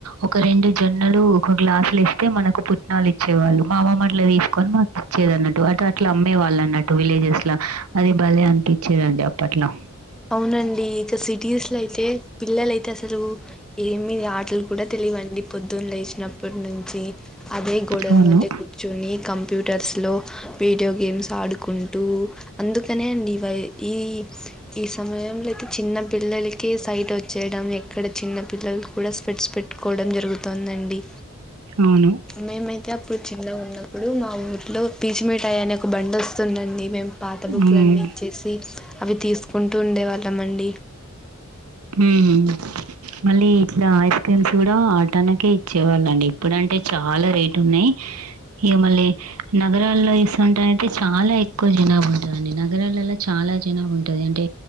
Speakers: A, on the right; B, in the centre.
A: ఒక రెండు జొన్నలు ఒక గ్లాసులు ఇస్తే మనకు పుట్నాలు ఇచ్చేవాళ్ళు మా అమ్మమ్మ అట్ల తీసుకొని ఇచ్చేది అన్నట్టు అట అట్లా అమ్మే వాళ్ళు అన్నట్టు విలేజెస్ లా అది భలే అనిపించేదండి అప్పట్లా
B: అవునండి ఇక సిటీస్ లో అయితే పిల్లలయితే అసలు ఏమి ఆటలు కూడా తెలు వండి పొద్దున్న లేచినప్పు నుంచి అదే గోడల
A: అవును.
B: మధ్య కూర్చొని కం కంప్యూటర్స్లో వీడియో గేమ్స్ ఆడుకుంటూ అందుకనే అండి ఈ ఈ సమయంలో అయితే చిన్న పిల్లలకి సైట్ వచ్చేయడం ఎక్కడ చిన్న పిల్లలు కూడా స్పెట్స్ పెట్టుకోవడం జరుగుతొందండి
A: అవును.
B: మేమైతే ఇప్పుడు చిన్నగ ఉన్నప్పుడు మా ఊరిలో పీచు మిఠాయ్ అనే ఒక బండి వస్తుందండి మేము పాత బుక్కులు
A: హ్మ్.
B: అన్నీ ఇచ్చేసి అవి తీసుకుంటూ ఉండేవాళ్ళం అండి
A: హుమ్ మళ్ళీ ఇట్లా ఐస్ క్రీమ్స్ కూడా ఆటాన్నకే ఇ వచ్చేవాళ్ళండి ఇప్పుడు అంటే చాలా రేట్ ఉన్నయ్ ఇగ మళ్ళీ నగరాల్లో ఇస్ అంటా అయితే చాలా ఎక్కువ జనాభా ఉంటది అండి నగరాలలో చాలా జనాభా ఉంటది అంటే